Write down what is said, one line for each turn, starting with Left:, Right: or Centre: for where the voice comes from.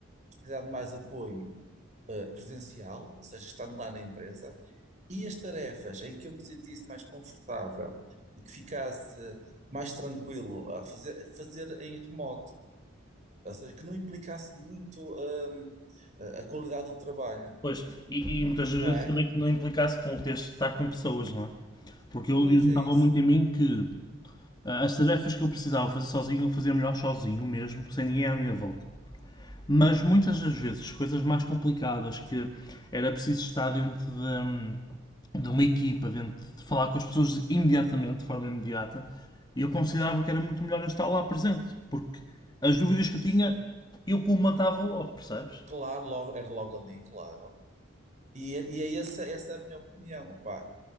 Right: precisado de mais apoio ah, presencial, ou seja, estando lá na empresa, e as tarefas em que eu me sentisse mais confortável e que ficasse mais tranquilo a fazer, fazer em remoto. Ou seja, que não implicasse muito, hum, a a qualidade do trabalho,
Left: Pois, e, e muitas vezes
Right: não é?
Left: também que não implicasse com o ter de estar com pessoas, não é? Porque eu,
Right: Pois
Left: eu notava
Right: é isso.
Left: muito em mim que Ah, As tarefas que eu precisava fazer sozinho, eu fazia melhor sozinho mesmo, sem ninguém à minha volta. Mas muitas das vezes, coisas mais complicadas que era preciso estar dentro de, hum, de uma equipa, dentro de falar com as pessoas imediatamente, de forma imediata, e eu considerava que era muito melhor eu estar lá presente, porque as dúvidas que eu tinha,
Right: Sim.
Left: eu colmatava logo, percebes?
Right: Claro, logo, era logo ali, claro. E é, e é essa, essa é a minha opinião. Opá,